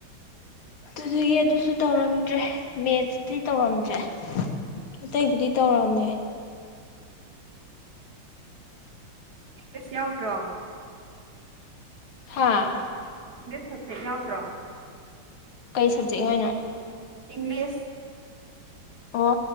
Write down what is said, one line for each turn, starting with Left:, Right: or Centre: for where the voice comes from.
Left: ꯑꯗꯨꯗꯒꯤ ꯑꯗꯨꯁꯨ ꯇꯧꯔꯝꯗ꯭ꯔꯦ ꯃꯦꯠꯁꯇꯤ ꯇꯧꯔꯝꯗ꯭ꯔꯦ꯫ ꯑꯇꯩꯕꯨꯗꯤ ꯇꯧꯔꯝꯃꯦ꯫
Right: ꯏꯪꯂꯤꯁ ꯌꯥꯎꯗ꯭ꯔꯣ꯫
Left: ꯍꯥꯥ꯫
Right: ꯏꯡꯂꯤꯁ ꯁꯕꯖꯦꯛ ꯌꯥꯎꯗ꯭ꯔꯣ꯫
Left: ꯀꯩ ꯁꯕꯖꯦꯛ ꯍꯥꯏꯅꯣ꯫
Right: ꯏꯪꯂꯤꯁ꯫
Left: ꯑꯣ